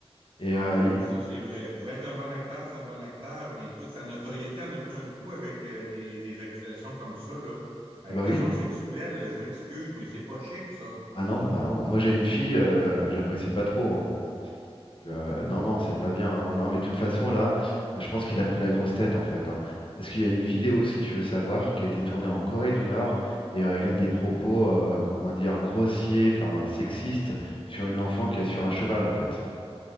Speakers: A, on the left; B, on the right.
A: Et
B: Ah
A: euh,
B: oui,
A: il-
B: ça c'est vrai. Pour être un bon acteur, c'est un bon acteur, mais écoute, sa notoriété en a pris un coup avec euh, des, des accusations comme ça, là. Agression
A: ah bah oui,
B: sexuelle, je m'excuse, mais c'est pas chic, ça.
A: ah non, bah non. Moi, j'ai une fille, euh, j'apprécie pas trop. hein. Donc, euh, non, non, c'est pas bien. hein. Non, mais de toute façon, là, euh, je pense qu'il a pris la grosse tête, en fait. hein. Parce qu'il y a une vidéo, si tu veux savoir, qui a été tournée en Corée du Nord, et euh, il a des propos, euh, qu'on va dire, grossiers, enfin, sexistes, sur une enfant qui est sur un cheval, en fait.